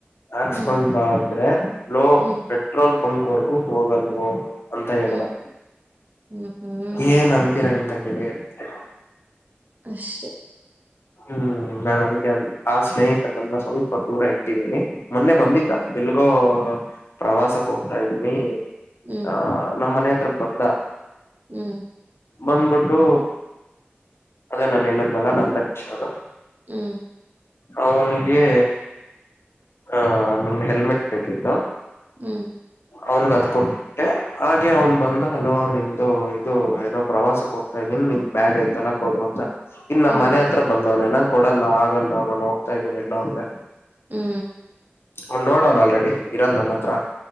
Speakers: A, on the left; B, on the right.
A: ಹಾಕ್ಸಕೋಂಡ್
B: ಹ್ಮ್
A: ಬಾ ಅಂದ್ರೆ ಲೋ
B: ಹ್ಮ್
A: ಪೆಟ್ರೋಲ್ ಬಂಕ್ ವರೆಗೂ ಹೋಗಲ್ವೋ ಅಂತ ಹೇಳದಾ
B: ಹ್ಮ್ ಹ್ಮ್ ಹ್ಮ್
A: ಏನ್ ಅಂತೀರಾ ಇಂತಾ ಗೆಳೆಯರಿಗೆ
B: ಅಷ್ಟೇ
A: ಹ್ಮ್ ನಾನ್ ಅದಕ್ಕೆ ಆ ಸ್ನೇಹಿತ ನನ್ನ ಸ್ವಲ್ಪ ದೂರ ಇಟ್ಟಿದ್ದೀನಿ ಮೊನ್ನೆ ಬಂದಿದ್ದ
B: ಹ್ಮ್
A: ಎಲ್ಲಿಗೋ ಪ್ರವಾಸಕ್ಕೆ ಹೋಗ್ತಾ ಇದ್ದೀನಿ
B: ಹ್ಮ್
A: ಆಹ ನಮ್ ಮನೆ ಹತ್ರಕ ಬಂದಾ
B: ಹುಂ
A: ಬಂದ್ಬಿಟ್ಟು ಅದೇ ನಾನ ಹೇಳಿದ್ದೆಲ್ಲಾ ನನ್ನಕ್ಷ ಅವರು
B: ಹುಂ
A: ಅವನಿಗೆ ಹ ನಮ್ ಹೆಲ್ಮೆಟ್ ಬೇಕಿತ್ತು
B: ಹುಂ
A: ಅವನ್ ಅತ್ಕೊಂಡ ಹಾಗೆ ಅವನ್ ಬಂದ ಹಲೋ ನಿಮ್ದು ಇದು ಏನೋ ಪ್ರವಾಸಕ್ ಹೋಗ್ತಾ ಇದೀನಿ ನಿಮ್ ಬ್ಯಾಗ್ ಐತಲ್ಲಾ <unintelligible> ಇನ್ ನಮ್ಮ್
B: ಹ್ಮ್
A: ಮನೆ ಹತ್ರ ಬಂದವ್ನೆ ನಂಗ ಕೊಡಲ್ಲ ಆಗಲ್ಲ ನಾನು ಹೋಗ್ತಾ ಇದೀನ ಇಲ್ಲಾ ಅಂದ್ರೆ
B: ಹೂ
A: ಅವನ್ ನೋಡ ಅವನ್ ಆಲ್ರೆಡಿ ಇರೋದ್ ನನ್ನ ಹತ್ರ